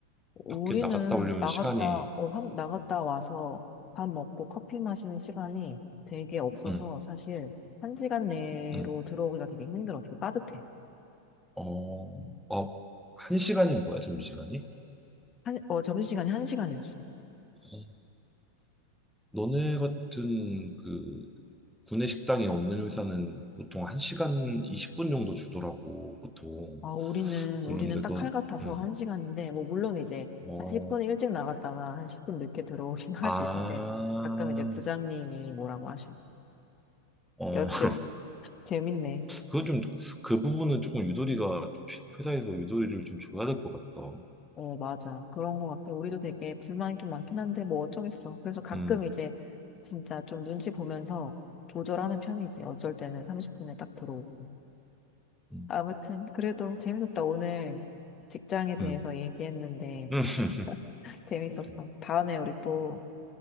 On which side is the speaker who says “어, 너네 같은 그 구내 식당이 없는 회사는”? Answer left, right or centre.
Centre